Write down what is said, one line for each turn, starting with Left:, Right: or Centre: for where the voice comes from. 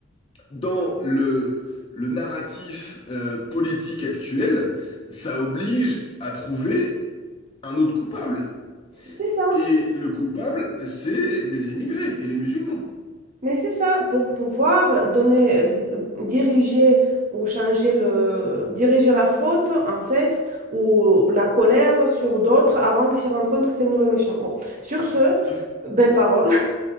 Left: dans le, le narratif euh, politique actuel, ça oblige à trouver un autre coupable.
Right: c'est ça.
Left: Et le coupable, c'est les émigrés et les musulmans.
Right: Mais c'est ça, pour pouvoir donner, euh, di- euh, diriger ou changer le, diriger la faute, en fait, ou la colère sur d'autres avant qu'ils se rendent compte que c'est nous le méchant. Bon, sur ce,
Left: Ah, mais-
Right: belle parole.